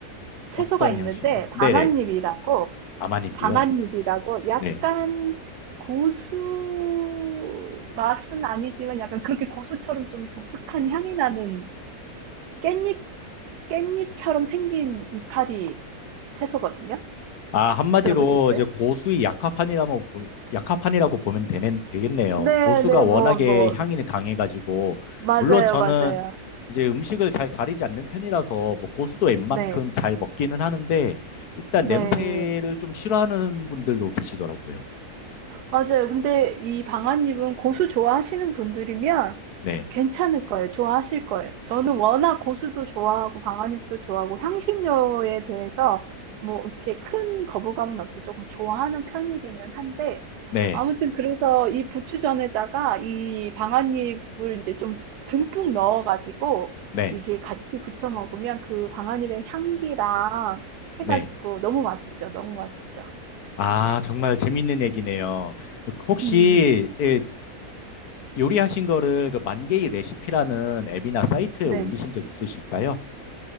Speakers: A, on the right; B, on the left.
A: 채소가
B: 어떤
A: 있는데,
B: 향신료요?
A: 방아잎이라고,
B: 네네. 아마님비요.
A: 방아잎이라고 약간
B: 네.
A: 고수 맛은 아니지만 약간 그렇게 고수처럼 좀 독특한 향이 나는 깻잎, 깻잎처럼 생긴 이파리 채소거든요.
B: 아, 한마디로
A: 들어보셨어요?
B: 이제 고수의 약화판이라면 보- 약화판이라고 보면 되네, 되겠네요.
A: 네,
B: 고수가
A: 네,
B: 워낙에
A: 뭐, 뭐,
B: 향이 강해가지고
A: 맞아요,
B: 물론 저는
A: 맞아요.
B: 이제 음식을 잘 가리지 않는 편이라서 뭐 고수도 웬만큼
A: 네,
B: 잘 먹기는 하는데 일단
A: 네.
B: 냄새를 좀 싫어하는 분들도 계시더라고요.
A: 맞아요. 근데 이 방아잎은 고수 좋아하시는 분들이면
B: 네,
A: 괜찮을 거예요. 좋아하실 거예요. 저는 워낙 고수도 좋아하고 방아잎도 좋아하고 향신료에 대해서 뭐 이렇게 큰 거부감은 없이 조금 좋아하는 편이기는 한데
B: 네,
A: 아무튼 그래서 이 부추전에다가 이 방아잎을 이제 좀 듬뿍 넣어가지고
B: 네,
A: 이게 같이 부쳐 먹으면 그 방아잎의 향기랑
B: 네.
A: 해가지고 너무 맛있죠. 너무 맛있죠.
B: 아, 정말 재밌는 얘기네요. 혹시
A: 음,
B: 예, 요리하신 거를 그 만개의 레시피라는 앱이나 사이트에
A: 네.
B: 올리신 적 있으실까요?